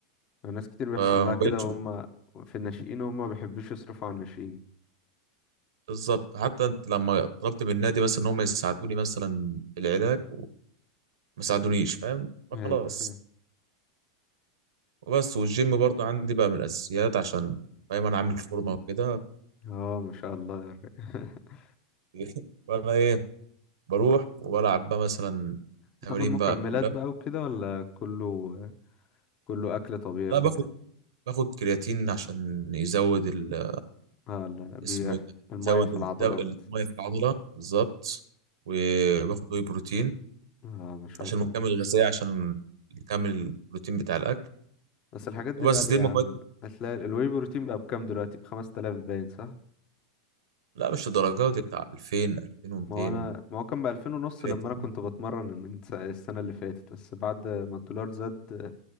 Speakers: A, on the left; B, on the right.
A: ناس كتير بيحصل
B: فما
A: لها كده
B: بقتش
A: وهم في الناشئين وهم ما بيحبوش يصرفوا على الناشئين
B: بالظبط حتى انت لما طلبت من النادي مثلا ان هم يساعدوني مثلا في العلاج وما ساعدونيش فاهم فخلاص
A: ايوه
B: وبس والجيم برضو عندي بقى من الاساسيات عشان فاهم انا عامل فورمه وكده
A: اه ما شاء الله يا ري. <laughs>
B: <laughs> فانا ايه بروح وبلعب بقى مثلا تمارين
A: بتاخد مكملات
B: بقى كلها
A: بقى وكده ولا كله كله اكل طبيعي
B: لا
A: كله
B: باخد باخد كرياتين عشان يزود ال...
A: اه لا بيح
B: اسمه ايه ده؟
A: الميه
B: يزود
A: في
B: الدم
A: العضلات
B: الميه في العضله بالظبط وباخد واي بروتين
A: اه ما شاء
B: عشان
A: الله
B: مكمل غذائي عشان نكمل البروتين بتاع الاكل
A: بس الحاجات دي
B: وبس
A: غالية
B: دي المكونات
A: يا عم هتلاقي ال- الواي بروتين بقى بكام دلوقتي ب 5000 باين صح
B: لا مش الدرجات دي بتاع 2000 2200
A: ما هو انا ما هو كان ب 2000 ونص
B: جيلاتين
A: لما انا كنت بتمرن من س- السنة اللي فاتت بس بعد ما الدولار زاد آه،